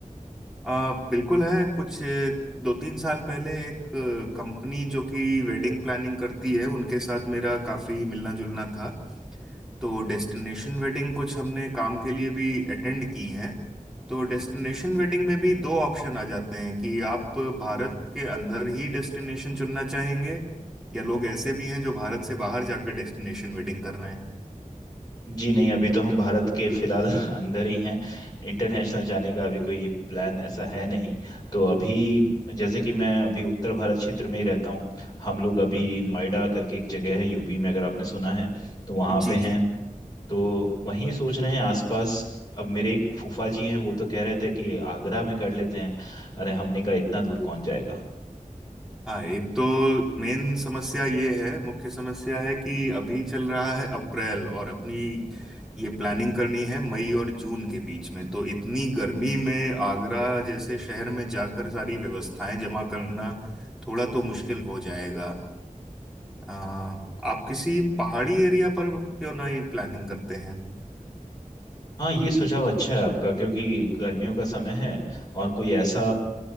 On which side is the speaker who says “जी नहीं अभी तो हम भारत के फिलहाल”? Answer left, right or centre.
Left